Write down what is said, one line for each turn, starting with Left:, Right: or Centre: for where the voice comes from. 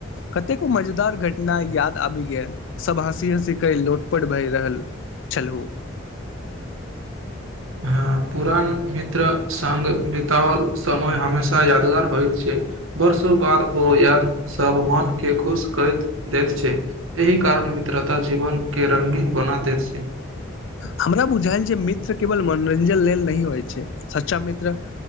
Left: कतेको मजेदार घटना याद आबि गेल सभ हँसी हँसी क लोटपट भए रहल छलहु
Right: हँ पुरान मित्र सङ्ग बितओल समय हमेशा यादगार होइत छै वर्षो बाद ओ याद सब मन के खुश करैत दैत छै एहि कारण मित्रता जीवन के रंगीन बना दैत छै
Left: हमरा बुझायल छै मित्र केवल मनोरञ्जन लेल नहिह होइ छै सच्चा मित्र